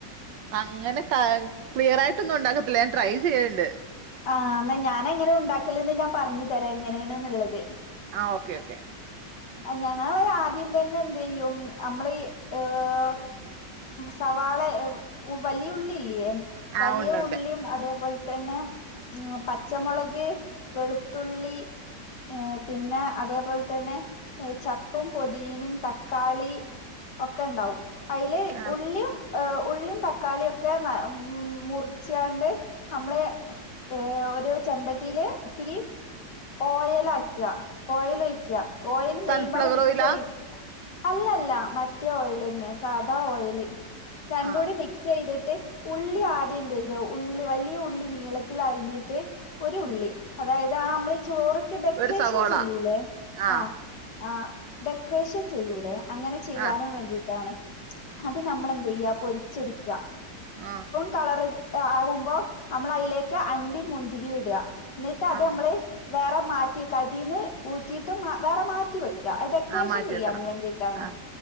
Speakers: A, on the right; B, on the left.
A: അങ്ങനെ ക്ലിയർ ആയിട്ടൊന്നും ഉണ്ടാക്കത്തില്ല ഞാൻ ട്രൈ ചെയ്യലണ്ട്
B: ആഹ എന്നാ ഞാന എങ്ങനെ ഉണ്ടാക്കില്ലന്ന് ഞാൻ പറഞ്ഞു തരാ എങ്ങനെയാണ്ന്നുള്ളത്
A: ആഹ് ഓക്കേ ഓക്കെ
B: ഞങ്ങള് ആദ്യം തന്നെ എന്ത് ചെയ്യും നമ്മള ഏഹ സവാള വലിയുള്ളില്ലയേ
A: ആ
B: വലിയ
A: ഉണ്ട് ഉണ്ട്
B: ഉള്ളിയും അതേപോലെ തന്നെ ഉ പച്ചമുളക് വെളുത്തുള്ളി ഏഹ് പിന്നെ അതേപോലെ തന്നെ ചപ്പും പൊതീനും തക്കാളി ഒക്കെ ഉണ്ടാവും അതിൽ
A: ആ
B: ഉള്ളിയും ഉള്ളും തക്കാളിയ ഒക്കെ ഉ മുറിച്ചാണ്ട് നമ്മള ഏഹ ഒരു ചെമ്പട്ടിയില് ഇത്തിരി ഓയൽ ആക്കുക ഓയൽ ഒഴിക്കുക ഓയിൽ
A: സൺഫ്ലവർ
B: നെയ്യുമ്പാട് മിക്സ്
A: ഓയിലാ
B: ചെയ അല്ലല്ല മറ്റേ ഓയിൽ തന്നെ സാധാ ഓയിൽ രണ്ട
A: ആ
B: കൂടി മിക് ചെയ്തിട്ട് ഉള്ളി ആദ്യം എന്ത് ചെയ്ത ഉള്ളി വലിയ ഉള്ളി നീളത്തിൽ അരിഞ്ഞിട്ട് ഒരു ഉള്ളി
A: ഉം,
B: അതായത് ആ നമ്മൾ ചോറ്ക്ക് ഡെക്കറേഷൻ
A: ഒരു സവോള
B: ചെയ്യൂല്ലേ
A: ആഹ്
B: ആ ആഹ് ഡെക്കറേഷൻ ചെയ്യൂലേ അങ്ങനെ ചെയ്യാനും
A: ആഹ്
B: വേണ്ടിട്ട് അത് നമ്മൾ എന്താ ചെയ്യ പൊരിച്ചെടുക്ക
A: ആഹ്
B: കളറി ആകുമ്പോ നമ്മൾ അതിലേക്ക് അണ്ടി മുന്തിരി ഇടുക എന്നിട്ട് അത്
A: ആഹ്
B: നമ്മള വേറെ മാറ്റി കതിന്ന് ഊറ്റിയിട്ടും വേറെ മാറ്റി വെക്ക ഡെക്കറേഷൻ
A: ആഹ് മാറ്റി
B: ചെയ്യൻ
A: വെക്കണം
B: വേണ്ടീട്ടാണ്
A: ആഹ്